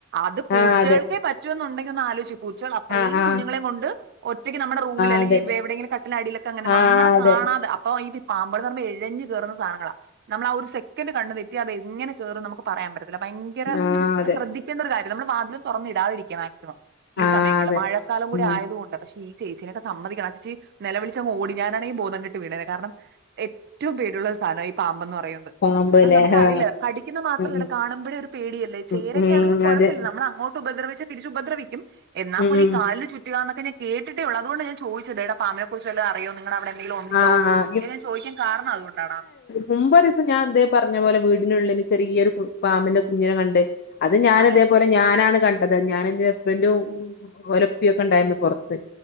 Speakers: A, on the right (about 50°); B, on the left (about 50°).
A: അത്
B: ആഹ്
A: പൂച്ചകൾക്കെ
B: ആഹ് അതെ
A: പറ്റുവെന്നുണ്ടെങ്കി ഒന്നാലോ പൂച്ചകൾ അത്രയും
B: ആഹ്
A: കുഞ്ഞുങ്ങളെ കൊണ്ട് ഒറ്റയ്ക്ക് നമ്മടെ റൂമിൽ അല്ലെങ്കി
B: അതെ
A: എവിടെയങ്കിലും കട്ടിലിനടിയിലൊക്കെ അങ്ങനെ
B: ആഹ് ആഹ്
A: നമ്മളെ
B: ആഹ് അതെ ആഹ് അതെ
A: കാണാതെ അപ് ഓഹ് ഇത് പാമ്പുകൾ എന്ന് പറയുമ്പോ എഴഞ്ഞു കേറുന്ന സാധനങ്ങളാ നമ്മളാ ഒരു സെക്കൻഡ് കണ്ണു തെറ്റിയാൽ അതെങ്ങനെ കേറുന്നു നമുക്ക് പറയാൻ പറ്റത്തില്ല ഭയങ്ക ഭയങ്കര
B: ആഹ് അതെ
A: ശ്രദ്ധിക്കേണ്ട ഒരു കാര്യം, നമ്മൾ വാതിലു തൊറന്നിടാതിരിക്കുക മാക്സിമം. ഈ
B: ആഹ്
A: സമയങ്ങളില്
B: അതെ
A: മഴക്കാലം കൂടി
B: ഉം
A: ആയതുകൊണ്ട് പക്ഷെ ഈ ചേച്ചിനൊക്കെ സമ്മതിക്കണം ആ ചേച്ചി നിലവിളിച്ചങ്ങോടി ഞാൻ ആണെങ്കി ബോധം കെട്ട് വീണേനെ കാരണം ഏറ്റവും പേടിയുള്ള ഒരു സാധനാ ഈ പാമ്പന്ന് പറയുന്നത്.
B: പാമ്പ്
A: ആടാ
B: ല്ലേ
A: നമ്മക്ക് അറിയില്ല
B: ആഹ്
A: കടിക്കുന്ന മാത്രല്ലട
B: ഉം ഉം
A: കാണുമ്പഴെ ഒരു പേടിയല്ലേ
B: ഉം
A: ചേരയെക്കെ
B: ഉം
A: ആണെങ്കിലും കൊഴപ്പ
B: അതെ
A: <unintelligible> നമ്മള് അങ്ങോട്ട്ഉപദ്രവിച്ച് തിരിച്ചുപദ്രിക്കും എന്നാ
B: ഉം
A: പോലും
B: ഉം
A: ഈ കാലില് ചുറ്റുക എന്നൊക്കെ ഞാൻ കേട്ടിട്ടേ ഉള്ളൂ അതുകൊണ്ടാ ഞാൻ ചോദിച്ചത് എടാ പാമ്പിനെ കുറിച്ച് വല്ലോ അറിയോ നിങ്ങടെ അവിടെ എന്തെങ്കിലും ഉണ്ടോ
B: ആഹ്
A: എന്ന് ചോദിക്കാൻ കാരണം അതുകൊണ്ടാടാ
B: മുമ്പ് ഒരൂസം ഞാൻ ഇതേ പറഞ്ഞ പോലെ വീടിനുള്ളില് ചെറിയൊരു പാമ്പിന്റെ കുഞ്ഞിനെ കണ്ട് അത് ഞാനു
A: അതെ
B: ഇതേപോലെ ഞാനാണ് കണ്ടത് ഞാനു ഇന്റെ ഹസ്ബൻഡും ഓലെപ്പയൊക്കെ ഇണ്ടായിരുന്നു പൊറത്ത്